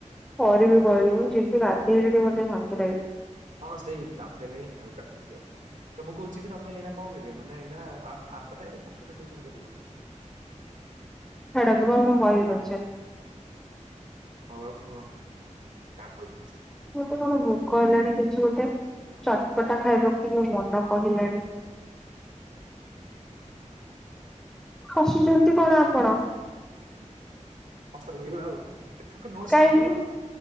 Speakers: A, in the centre; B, on the right.
A: କରିବି କହିଲୁ, ମୁଁ ଯିବି ଗାଧେଇଲେ ମୋତେ ଟିକେ ଶାନ୍ତି ଲାଗିବ।
B: ହଁ ସେଇ କା ଫେଲେ ହଲକା ସ କିିିବ। ତ ମୁଁ କହୁଛି କି ତମେ ଏଇନା କଣ କରିବ ମାନେ ଏଇନା ଆପରେ ତାଙ୍କୁ ଟିଉସନ୍ କରିବ?
A: ଛାଡ଼ନ୍ତୁ ମୁଁ ଆପଣଙ୍କୁ କହିବି ପଛରେ।
B: ହଉ ଆଉ କୁହ କା ଫ
A: ମୋତେ କଣ ଭୋକ ହେଲାଣି କିଛି ଗୋଟେ ଚଟପଟା ଖାଇବାକୁ ମୋ ମନ କହିଲାଣି? ହସୁଛନ୍ତି କଣ ଆ ଆପଣ।
B: ହସ ଲାଗିଲା ଆଉ ତାଙ୍କ ନୋଟସ
A: କାହିଁକି,
B: ମାଗିଲ